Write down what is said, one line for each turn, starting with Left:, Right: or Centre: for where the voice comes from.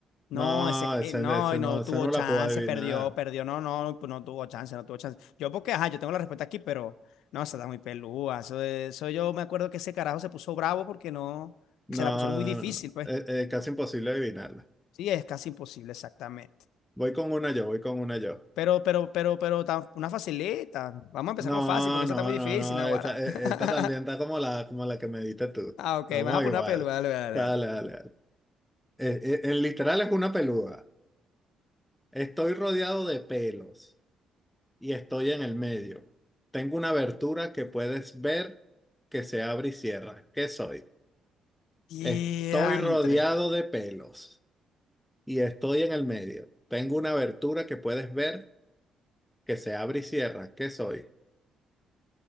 Left: No,
Centre: No,
Left: ese,
Centre: ese,
Left: eh, no,
Centre: ese
Left: y
Centre: no,
Left: no
Centre: ese
Left: tuvo
Centre: no
Left: chance,
Centre: la puedo adivinar.
Left: perdió, perdió, no, no, pues no tuvo chance, no tuvo chance. Yo porque, ajá, yo tengo la respuesta aquí, pero no, esa está muy peluda. Eso, de- eso yo me acuerdo que ese carajo se puso bravo porque no,
Centre: No,
Left: se la pusieron muy difícil,
Centre: no, no.
Left: pues.
Centre: Eh, eh, casi imposible adivinarla.
Left: Sí, es casi imposible, exactamente.
Centre: Voy con una yo, voy con una yo.
Left: Pero, pero, pero, pero, tan- una facilita. Vamos a empezar
Centre: No,
Left: con fácil, porque
Centre: no,
Left: esa está muy difícil,
Centre: no, no,
Left: Naguará.
Centre: esta, eh,
Left: <laughs>
Centre: esta también está como la, como la que me diste tú.
Left: Ah, ok,
Centre: Vamos
Left: me vas a poner
Centre: igual.
Left: una pelo. Dale, dale,
Centre: Dale,
Left: dale.
Centre: dale, dale. Eh, eh, eh, literal es una peluda. Estoy rodeado de pelos. y estoy en el medio. Tengo una abertura que puedes ver que se abre y cierra. ¿Qué soy?
Left: Diantre.
Centre: Estoy rodeado de pelos y estoy en el medio. Tengo una abertura que puedes ver que se abre y cierra. ¿Qué soy?